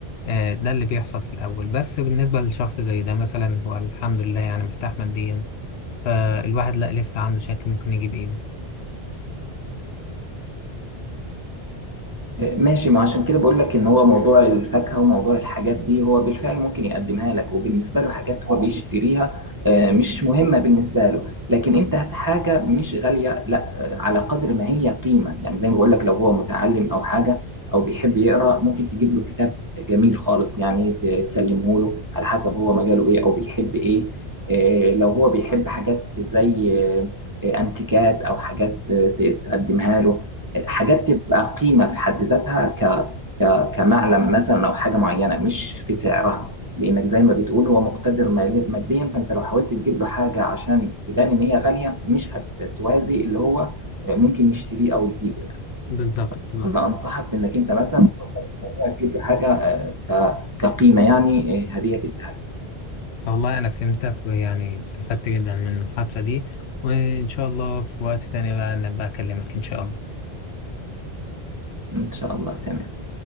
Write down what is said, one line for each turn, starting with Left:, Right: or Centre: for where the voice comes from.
Left: آه، ده اللي بيحصل في الأول بس بالنسبة لشخص زي ده مثلا هو الحمد لله يعني مرتاح ماديا فالواحد لا لسه عنده شك ممكن يجيب ايه بس.
Right: ماشي ما عشان كده بقول لك ان هو موضوع الفاكهه وموضوع الحاجات دي هو بالفعل ممكن يقدمها لك وبالنسبه له حاجات هو بيشتريها آه، مش مهمه بالنسبه له لكن انت هات حاجه مش غاليه لا آه، على قدر ما هي قيمه يعني زي ما بقول لك لو هو متعلم او حاجه او بيحب يقرا ممكن تجيب له كتاب جميل خالص يعني ت- تسلمه له على حسب هو مجاله ايه او بيحب ايه آه، لو هو بيحب حاجات زي آه، آه، انتيكات او حاجات آه، ت- تقدمها له حاجات تبقى قيمة في حد ذاتها ك... ك... كمعلم مثلا أو حاجة معينة مش في سعرها لأنك زي ما بتقول هو مقتدر مال- ماديا فأنت لو حاولت تجيب له حاجة عشان تبان إن هي غالية مش هتوازي اللي هو ممكن يشتريه أو يجيبه يعني
Left: بالظبط بالظبط.
Right: أنا أنصحك بإنك أنت مثلا تفكر في الموضوع تجيب له حاجة آه، ك... كقيمة يعني آه، هدية تديها له
Left: والله انا فهمتك ويعني استفدت جدا من المحادثة دي وان شاء الله في وقت تاني بقى نبقى اكلمك ان شاء الله
Right: إن شاء الله تمام